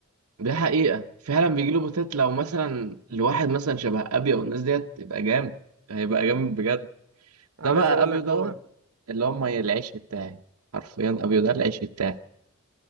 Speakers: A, on the right; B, on the right.
A: دي حقيقه فعلا بيجي له بوتات لو مثلا لواحد مثلا شبه ابيو والناس ديت تبقى جامد هيبقى جامد بجد
B: عايز
A: ده بقى
B: اقول
A: ابيو
B: لك
A: دوت
B: هو
A: اللي هم العيش بتاعي حرفيا ابيو ده العيش بتاعي